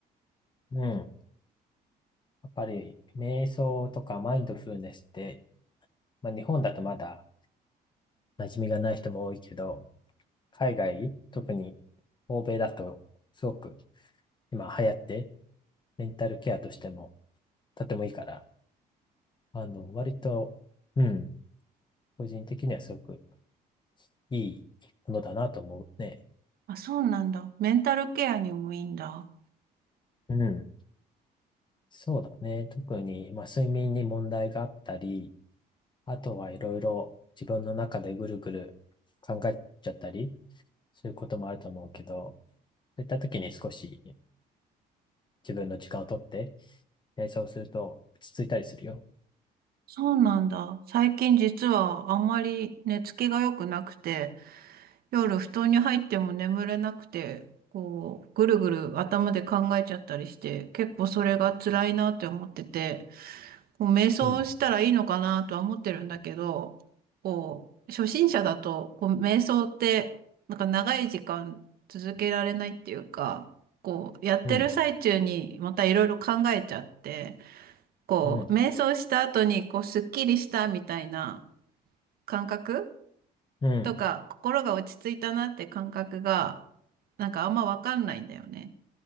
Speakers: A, on the left; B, on the right.
A: うん。やっぱり、瞑想とかマインドフルネスって、まあ、日本だとまだ馴染みがない人も多いけど、海外、特に欧米だと、すごく今流行って、メンタルケアとしてもとてもいいから、あの、割と、うん、個人的にはすごくいいものだなと思うね。
B: あ、そうなんだ。メンタルケアにもいいんだ。
A: うん。そうだね。特に、まあ、睡眠に問題があったり、あとはいろいろ自分の中でぐるぐる考えちゃったりすることもあると思うけど、そういった時に少し自分の時間をとって、えそうすると落ち着いたりするよ。
B: そうなんだ。最近実はあんまり寝つきが良くなくて、夜布団に入っても眠れなくて、こう、ぐるぐる頭で考えちゃったりして、結構それが辛いなって思ってて、こう瞑想したらいいのかなとは思ってるんだけど、
A: うん、
B: こう、初心者だと、こう、瞑想って、なんか長い時間続けられないっていうか、こう、やってる最中にまたいろいろ考えちゃって、
A: うん、
B: こう、
A: うん、
B: 瞑想した後に、こう、すっきりしたみたいな感覚
A: うん、
B: とか、心が落ち着いたなって感覚が、なんかあんまわかんないんだよね。